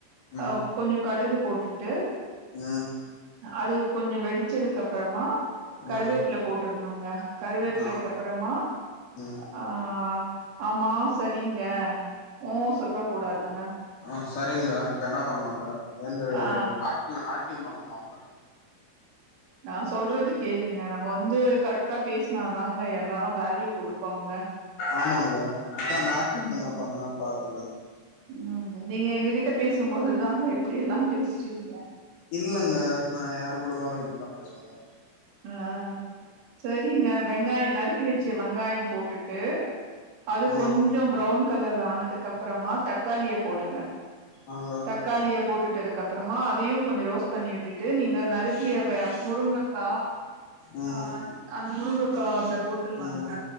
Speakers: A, on the left; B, on the right.
A: ம்
B: அவ் கொஞ்சொ கடுகு போட்டுட்டு
A: ம்
B: அது கொஞ்சொ வெடிச்சதுக்கு அப்பறமா கருவேப்பில
A: ம்
B: போட்டுருணுங்க கருவேப்பிலைக்கு
A: ஆ
B: அப்பறமா
A: ம்
B: ஆ ஆமா செரிங்க ஓ சொல்ல கூடாது <unintelligible>
A: அ சரிங்க இப்ப என்னா பண்ணுங்க எந்த
B: ஆ
A: நாட்டியொ நாட்டியொம் பண்ணுமாங்க
B: நா சொல்றது கேளுங்க நம்ம வந்து கரெக்டா பேசுனாதாங்க எல்லாரு வேல்யூ குடுப்பாங்க
A: ஆமாங்க அதா <unintelligible> பாத்த நா
B: ம் நீங்க எங்ககிட்ட பேசும்போதுதாங்க இப்டி எல்லா பேஸ்ரிங்க
A: இல்லங்க நா யார் கூட வாலா இப்டிதா பேசுவேங்க
B: அ செரிங்க வெங்காயொ நறுக்கி வச்ச வெங்காயொ போட்டுட்டு அது
A: ஆ
B: கொஞ்சொ ப்ரவுன் கலர் ஆனதுக்கு அப்றமா தக்காளிய போடுங்க
A: ஆங்க
B: தக் க்காளிய போட்டுட்டதுக்கு அப்புறமா அதையு கொஞ்சொ ரோஸ்ட் பண்ணி விட்டுட்டு நீங்க நறுக்கிய வெ முருங்கக்கா
A: ம்
B: அ அந்த முருங்கக்கா அதுல போட்டுர்லாங்க
A: ம்